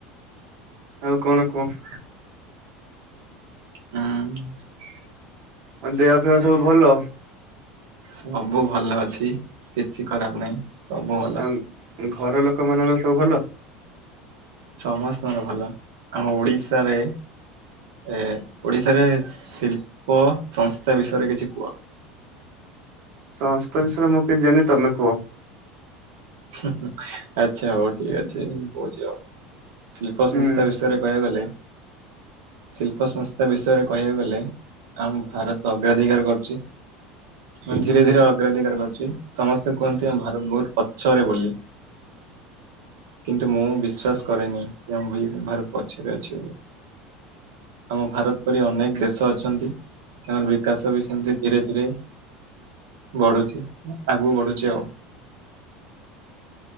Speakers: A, on the right; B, on the right.
A: ହଉ କଣ କୁହ
B: ହଁ।
A: <unintelligible> ୟ ସବୁ ଭଲ
B: ସବୁ ଭଲ ଅଛି କିଛି ଖରାପ ନାହିଁ ସବୁ ହେଲା
A: ଆଉ ଘର ଲୋକମାନାନଙ୍କର ସବୁ ଭଲ
B: ସମସ୍ତଙ୍କର ଭଲ ଆମ ଓଡିଶାରେ ଏ ଓଡିଶାରେ ଶିଳ୍ପ ସଂସ୍ଥା ବିଷୟରେ କିଛି କୁହ
A: ସଂସ୍ଥା ବିଷୟରେ ମୁଁ କିଛି ଜାଣି ତମେ କୁହ
B: ଆଚ୍ଛା ହଉ ଠିକ୍ ଅଛି। କହୁ ଶିଳ୍ପ
A: ହୁଁ।
B: ସଂସ୍ଥା ବିଷୟରେ କହିବା ଗଲେ ଶିଳ୍ପ ସଂସ୍ଥା ବିଷୟରେ କହିବାକୁ ଗଲେ ଆମ ଭାରତ ଅଗ୍ରାଧିକାର କରୁଛି। ମୁଁ
A: ହୁଁ
B: ଧୀରେ ଧୀରେ ଅଗ୍ରାଧିକାର କରୁଛି ସମସ୍ତେ କୁହନ୍ତି ଆମ ଭାରତ ବହୁତ ପଛରେ ବୋଲି କିନ୍ତୁ ମୁଁ ବିଶ୍ଵାସ କରେନି କି ଆମ ବି ଭାରତ ପଛରେ ଅଛି ବୋଲି ଆମ ଭାରତ ପରି ଅନେକ ଦେଶ ଅଛନ୍ତି। ତାଙ୍କର ବିକାଶ ବି ସେମତି ଧୀରେ ଧୀରେ ବଢୁଛି ଆଗୁ ବଢୁଛି ଜେଉ